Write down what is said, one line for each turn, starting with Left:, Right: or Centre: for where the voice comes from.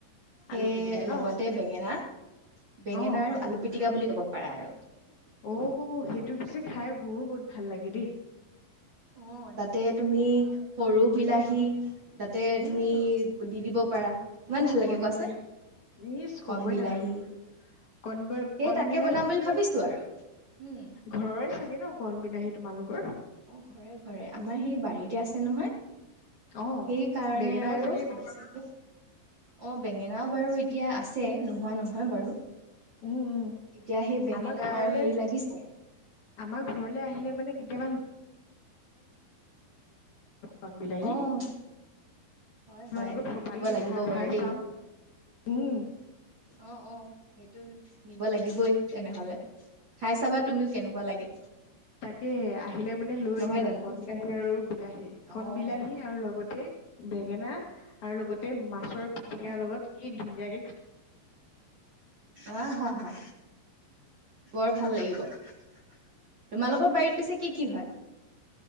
Right: সেই
Left: আলু পিটিকা ন
Right: লগতে বেঙেনা বেঙেনা
Left: অ
Right: আৰু আলু পিটীকা আলুপিতিকা বুলি ক'ব পাৰা আৰু
Left: অ সেইটো পিছে খাই মোৰ ব ভাল লাগে দেই
Right: অ তাতে তুমি সৰু বিলাহী তাতে
Left: উম
Right: তুমি দি দিব পাৰা ইমান ভাল লাগে
Left: কণ
Right: কোৱাচোন
Left: বিলাহী নিজ কবই
Right: কণ বিলাহী
Left: নালাগে আৰু কণব
Right: সেই
Left: কণ
Right: তাকে
Left: বিলাহী
Right: বনাম বুলি
Left: তোমাৰ
Right: ভাবিছো আৰু উম
Left: ঘৰৰে চাগে ন কণ বিলাহী তোমালোকৰ
Right: অ ঘৰে ঘৰে আমাৰ সেই বাৰীতে আছে নহয়
Left: অ
Right: সেই কাৰণে
Left: বেঙেনাও
Right: আৰু
Left: চাগে ঘৰ
Right: বেছিকৈ অ বেঙেনাও বাৰু এতিয়া আছে যে নোহোৱা নহয় বাৰু
Left: উম উম
Right: এতিয়া সেই বেঙেনা
Left: আমাৰ ঘৰলে
Right: আৰু হেৰি লাগিছে
Left: আমাৰ ঘৰলে আহিলে মানে কেতিয়াবা বণ বিলাহী
Right: অ' হয় হয়
Left: তোমালোকৰ
Right: দিব
Left: বাল
Right: লাগিব
Left: শাক
Right: বাৰু
Left: খাই
Right: দেই
Left: চাম উম
Right: অ অ সেইটো নিব লাগিবই তেনেহলে খাই চাবা তুমিও কেনেকুৱা লাগে
Left: তাকে আহিলে মানে লৈ
Right: নহয়
Left: আহিবা
Right: জানো
Left: কন বিলাহী আৰু বিলাহী কন
Right: অ',
Left: বিলাহী আৰু লগতে বেঙেনা আৰু লগতে মা চৰ পিটিকাৰ
Right: অ',
Left: লগত কি ধুনীয়াকে
Right: আহ হা হা বৰ ভাল লাগিব তোমালোক আৰ বাৰীত পিছে কি কি হয়